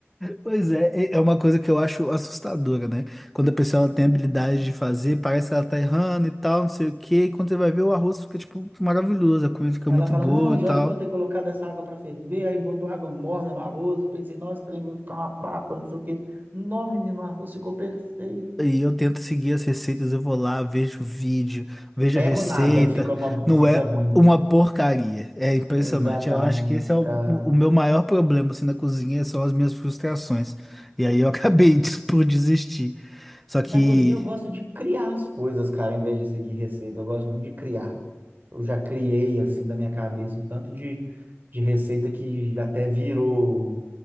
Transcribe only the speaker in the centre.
Pois é, é é uma coisa que eu acho assustadora, né? Quando a pessoa ela tem
habilidade de fazer, parece que ela tá errando e tal, não sei o quê. E quando você vai ver, o arroz fica, tipo, maravilhoso, a comida fica
muito
boa
e
tal.
E eu tento seguir as receitas, eu vou lá, vejo o vídeo, vejo
a receita.
Não
é
uma porcaria. É impressionante.
Eu acho que esse é o,
o meu maior problema, assim, na cozinha, são as minhas frustrações. E aí eu <laughs> acabei de- por desistir. Só
que.